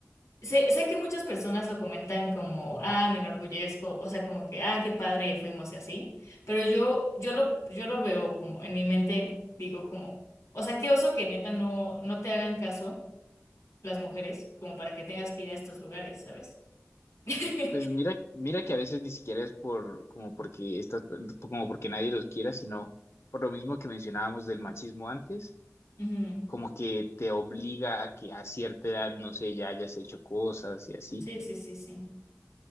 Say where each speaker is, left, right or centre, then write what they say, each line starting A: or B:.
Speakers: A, on the left (about 85°); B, on the left (about 65°).
A: sé, sé que muchas personas lo comentan como, ah, me enorgullezco, o sea, como que, ah, qué padre fuimos y así, pero yo, yo lo, yo lo veo como en mi mente, digo como, o sea, qué oso que neta no, no te hagan caso las mujeres, como para que tengas que ir a estos lugares, ¿sabes? <laughs>
B: Pues mira, mira que a veces ni siquiera es por como porque estas, como porque nadie los quiera, sino por lo mismo que mencionábamos del machismo antes,
A: Ujú.
B: como que te obliga a que a cierta edad, no sé, ya hayas hecho cosas y así.
A: Sí, sí, sí, sí.